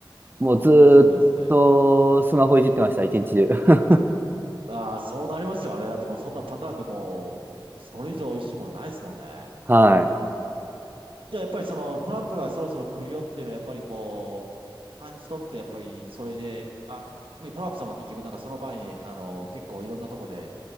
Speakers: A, on the right; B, on the right.
A: ああ、
B: もうずーっとスマホいじってました、
A: そうなんですね。
B: 一日中。<laughs>
A: ああ、そうなりますよね。だってもうそんなパターンでもう、それ以上美味しいものないですもんね。
B: はい。
A: じゃあやっぱりそのトランプがそろそろ来るよっていうのはやっぱりこう、感じ取ってやっぱりそれで、あ、ね、トランプさんは結局なんかその前に、あの、結構いろんなとこで、